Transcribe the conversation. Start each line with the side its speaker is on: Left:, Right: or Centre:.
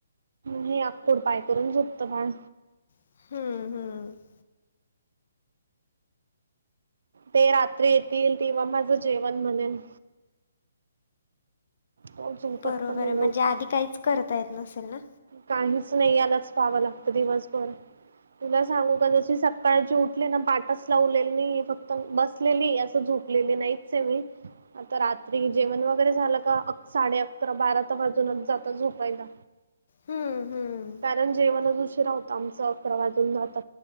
Right: हे अकूड पाय करून झोपतं बाळ
Left: हहह
Right: ते रात्री येतील तेव्हा माझं जेवण बनेल तो झोपत
Left: बरोबर
Right: पण नाही
Left: आहे म्हणजे
Right: लवकर.
Left: आधी काहीच करता येत नसेल ना
Right: काहीच नाही यालाच पाहावं लागत दिवसभर तुला सांगू का जशी सकाळची उठले ना पाटच लावलेली नाही फक्त बस उठलेली झोपलेली नाही मी आता रात्री जेवण वगैरे झालं का साडे अकरा अकरा बारा तर वाजूनच जात़ं झोपायला.
Left: हम्म हम्.
Right: कारण जेवणच उशीरा होतं आमचं, अकरा वाजून जातात.